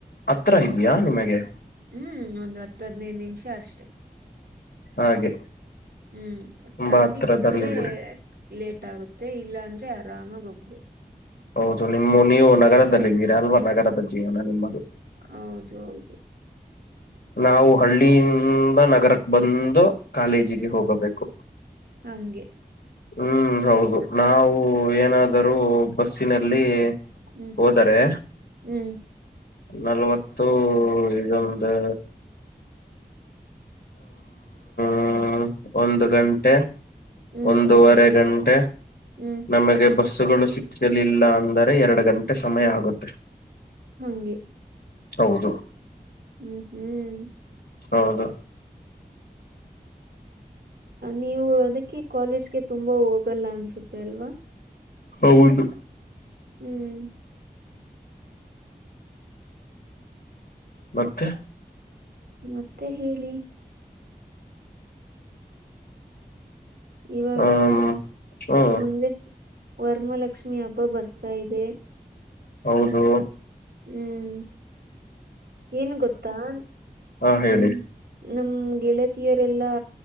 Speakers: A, on the left; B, on the right.
A: ಹತ್ರ ಇದಿಯಾ ನಿಮಗೆ.
B: ಹ್ಮ್ ಒಂದ ಹತ್ತದ್ನೈದ ನಿಮಿಷ ಅಷ್ಟೇ.
A: ಹಾಗೆ.
B: ಹ್ಮ್
A: ತುಂಬಾ
B: ಟ್ರಾಫಿಕ್
A: ಹತ್ರದಲ್ಲಿದ್ದೀರಿ
B: ಇದ್ರೆ ಲೇಟ್ ಆಗುತ್ತೆ ಇಲ್ಲ ಅಂದ್ರೆ ಆರಾಮಾಗ ಹೋಗ್ಬೋದು.
A: ಹೌದು ನಿಮ್ಮ ನೀವು ನಗರದಲ್ಲಿದ್ದೀರಾ ಅಲ್ವಾ ನಗರದ ಜೀವನ ನಿಮ್ಮದು.
B: ಹೌದು ಹೌದು.
A: ನಾವು ಹಳ್ಳಿಯಿಂದ ನಗರಕ್ಕ ಬಂದು ಕಾಲೇಜಿಗೆ
B: ಹ್ಮ್
A: ಹೋಗಬೇಕು.
B: ಹಂಗೆ.
A: ಹ್ಮ್ ಹೌದು ನಾವು ಏನಾದರೂ ಬಸ್ಸಿನಲ್ಲಿ
B: ಹ್ಮ್
A: ಹೋದರೆ
B: ಹ್ಮ್
A: ನಲ್ವತ್ತು ಇದೊಂದು.
B: <inaudible>
A: ಹ್ಮ ಒಂದ ಗಂಟೆ
B: ಹ್ಮ್
A: ಒಂದೂವರೆ ಗಂಟೆ.
B: ಹ್ಮ್
A: ನಮಗೆ ಬಸ್ಸಗಳು ಸಿಕ್ಕಲಿಲ್ಲ ಅಂದರೆ ಎರಡು ಗಂಟೆ ಸಮಯ ಆಗುತ್ತೆ.
B: ಹಂಗೆ
A: ಹೌದು
B: ಹ್ಮ್ ಹ್ಮ್
A: ಹೌದು
B: ನೀವು ಅದಕ್ಕೆ ಕಾಲೇಜ್ಗೆ ತುಂಬಾ ಹೋಗಲ್ಲ ಅನ್ಸುತ್ತೆ ಅಲ್ವಾ.
A: ಹೌದು.
B: ಹ್ಮ್
A: ಮತ್ತೆ
B: ಮತ್ತೆ ಹೇಳಿ. ಇವಾಗಾ
A: ಹ್ಮ್ ಹ್ಮ್
B: ಮುಂದೆ ವರಮಾಲಕ್ಷ್ಮಿ ಹಬ್ಬ ಬರ್ತಾ ಇದೆ.
A: ಹೌದು
B: ಹ್ಮ್ ಏನ್ ಗೊತ್ತಾ
A: ಹಾ
B: ಹ್ಮ್
A: ಹೇಳಿ
B: ನನ್ನ ಗೆಳತಿಯರೆಲ್ಲಾ